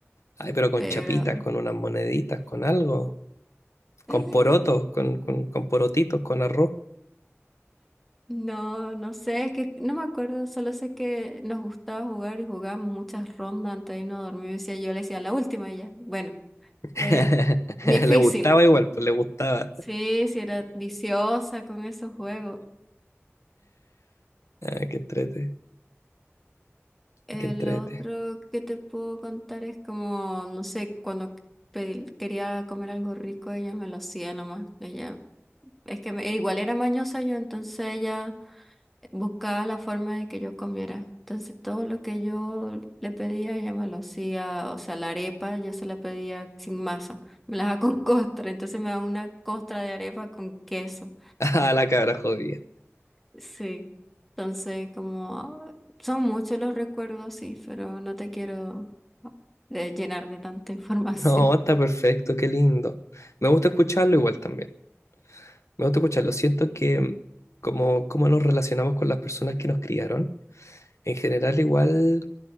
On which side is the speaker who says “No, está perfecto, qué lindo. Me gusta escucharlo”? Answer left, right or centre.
Left